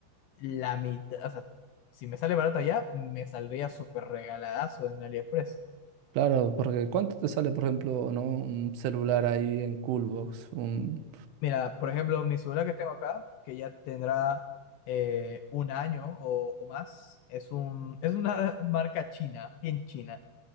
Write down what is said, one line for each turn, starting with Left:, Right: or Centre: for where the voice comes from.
Left: la mitad, o sea, si me sale barato allá, me saldría súper regaladazo en AliExpress.
Right: Claro, porque ¿cuánto te sale, por ejemplo, ¿no? un celular ahí en Coolbox? Un...
Left: Mira, por ejemplo, mi celular que tengo acá, que ya tendrá eh, un año o, o más, es un, es una <laughs> marca china, bien china,